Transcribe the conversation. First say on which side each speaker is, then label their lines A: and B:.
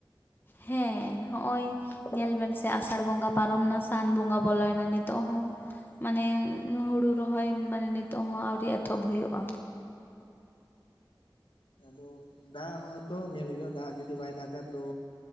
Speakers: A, on the left (about 25°); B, on the left (about 80°).
A: ᱦᱮᱸ ᱦᱚᱜᱼᱚᱭ ᱧᱮᱞ ᱵᱮᱱ ᱥᱮ ᱟᱥᱟᱲ ᱵᱚᱸᱜᱟ ᱯᱟᱨᱚᱢᱱᱟ ᱥᱟᱱ ᱵᱚᱸᱜᱟ ᱵᱚᱞᱚᱭᱮᱱᱟ ᱱᱤᱛᱚᱜ ᱦᱚᱸ ᱢᱟᱱᱮ ᱦᱩᱲᱩ ᱨᱚᱦᱚᱭ ᱢᱟᱱᱮ ᱱᱤᱛᱚᱜ ᱦᱚᱸ ᱟᱹᱣᱨᱤ ᱮᱛᱚᱦᱚᱵ ᱦᱩᱭᱩᱜᱼᱟ᱾
B: ᱟᱫᱚ ᱫᱟᱜ ᱦᱚᱸᱛᱚ ᱧᱮᱞ ᱦᱩᱭᱩᱜᱼᱟ ᱫᱟᱜ ᱡᱩᱫᱤ ᱵᱟᱭ ᱫᱟᱜᱟ᱾ ᱛᱚ